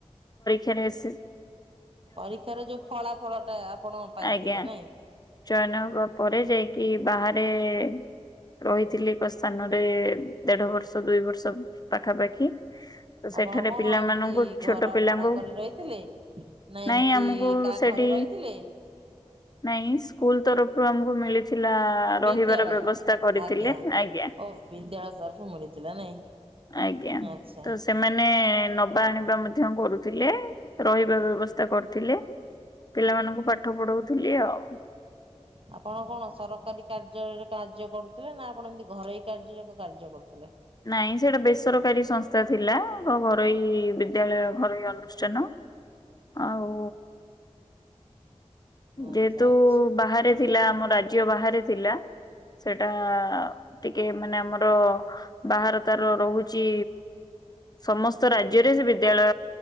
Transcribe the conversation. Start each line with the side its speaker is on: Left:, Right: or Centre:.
Left: ଖେରେସିସ୍
Right: ପରୀକ୍ଷାରେ ଯୋଉ ଫଳା ଫଳ ଟା ଆପଣ ପାଇଥିଲେ
Left: ଆଜ୍ଞା
Right: ନାଇଁ।
Left: ଚୟନ ହବା ପରେ ଯାଇକି ବାହାରେ-ଏ-ଏ-ଏ ରହିଥିଲି ଏକ ସ୍ଥାନରେ-ଏ-ଏ-ଏ ଦେଢ ବର୍ଷ ଦୁଇ ବର୍ଷ ପାଖାପାଖି। ତ ସେଠାରେ
Right: ଆପଣ କଣ
Left: ପିଲାମାନଙ୍କୁ
Right: ଏମିତି ଘର
Left: ଛୋଟ ପିଲାଙ୍କୁ
Right: ଭଡ଼ା କରି ରହିଥିଲେ? ନା
Left: ନାଇଁ
Right: ଏମିତି
Left: ଆମକୁ
Right: କାହା
Left: ସେଠି
Right: ଘରେ ରହିଥିଲେ?
Left: ନାଇଁ ସ୍କୁଲ ତରଫରୁ ଆମକୁ ମିଳିଥିଲା-ଆ-ଆ ଆ
Right: ବିଦ୍ୟାଳୟ
Left: ରହିବାର ବ୍ୟବସ୍ତା କରିଥିଲେ
Right: ଆଜ୍ଞା।
Left: ଆଜ୍ଞା।
Right: ଓ ବିଦ୍ୟାଳୟ ତରଫରୁ ମିଳିଥିଲା ନାଇଁ
Left: ଆଜ୍ଞା
Right: ଆଚ୍ଛା।
Left: ତ ସେମାନେ-ଏ ନବା ଆଣିବା ମଧ୍ୟ କରୁଥିଲେ। ରହିବା ବ୍ୟବସ୍ଥା କରୁଥିଲେ ପିଲାମାନଙ୍କୁ ପାଠ ପଢଉଥିଲି ଆଉ।
Right: ଆପଣ କଣ ସରକାରୀ କାର୍ଯ୍ୟଳୟରେ କାର୍ଯ୍ୟ କରୁଥିଲେ ନା ଆପଣ ଏମିତି ଘରୋଇ କାର୍ଯ୍ୟରେ ଏକ କାର୍ଯ୍ୟ କରୁଥିଲେ?
Left: ନାଇଁ ସେଇଟା ବେସରକାରୀ ସଂସ୍ଥା ଥିଲା-ଆ ମ ଘରୋଇ ବିଦ୍ୟାଳୟ ଘରୋଇ ଅନୁ ଷ୍ଟାନ ଆଉ
Right: ଆଚ୍ଛା
Left: ଯେହେତୁ
Right: ଆଚ୍ଛା
Left: ବାହାରେ ଥିଲା ଆମ ରାଜ୍ୟ ବାହାରେ ଥିଲା ସେଟା ଟିକେ ମାନେ ଆମର ବାହାର ତାର ରହୁଛି ସମସ୍ତ ରାଜ୍ୟରେ ସେ ବିଦ୍ୟାଳୟ